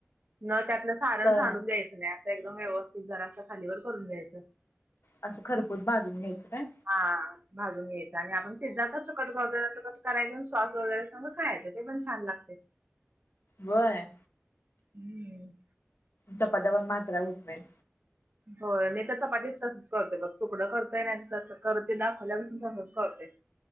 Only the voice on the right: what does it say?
न त्यातलं सारण
सांडून द्यायचं नाही, असं एकदम व्यवस्थित जराच खालीवर करून घ्यायचं.
हा, भाजून घ्यायचं, आणि आपण पिझ्झा कसं कट करतोय तसं कट करायच सॉस वगैरे संग खायचं. ते पण छान लागतेय.
हम्म,
होय, मी तर चपातीच तसच करतोय, मग तुकडं करतोय नाही तस करते ना ते दाखवल्यापासून तसंच करतोय.